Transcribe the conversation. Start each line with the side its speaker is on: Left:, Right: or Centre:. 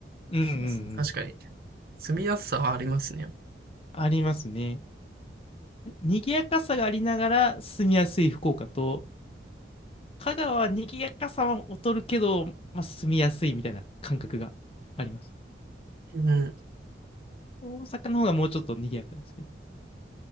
Left: うんうんうん。
Right: そうですね。確かに。住みやすさはありますね。
Left: ありますね。賑やかさがありながら住みやすい福岡と、香川は賑やかさは劣るけど、まあ、住みやすいみたいな感覚があります。
Right: うん。
Left: 大阪の方がもうちょっと賑やかですけど。